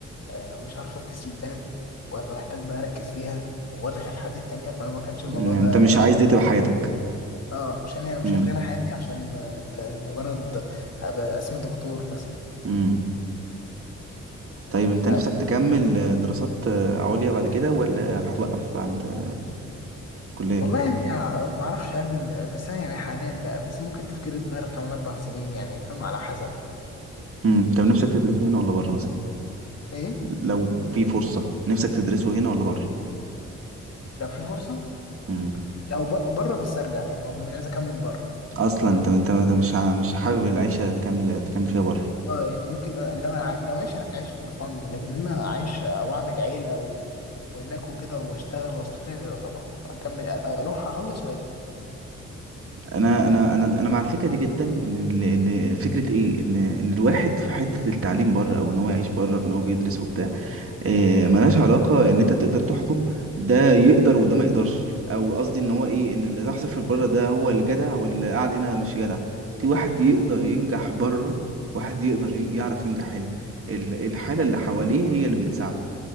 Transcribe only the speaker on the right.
مم،
انت مش عايز دي تبقى حياتك
امم
امم طيب انت
نفسك
تكمل دراسات عليا بعد كده ولا هتوقف عند الكلية
امم طب نفسك تدرسه هنا ولا بره مثلا
لو في فرصة نفسك تدرسه هنا ولا بره
امم
اصلا
انت انت انت مش ع- مش حابب العيشة تكمل تكمل فيها بره
انا انا انا انا مع الفكرة دي جدا ان ال- ان فكرة ايه ان ان الواحد في حتة التعليم بره او ان هو يعيش بره بان هو بيدرس وبتاع آه، ملهاش علاقة ان انت تقدر تحكم ده يقدر وده ما يقدرش او قصدي ان هو ايه ان اللي تحصل في بره ده هو الجدع واللي قاعد هنا مش جدع في واحد يقدر ينجح بره واحد يقدر ين- يعرف ينجح هنا ال- الحالة اللي حواليه هي اللي بتساعده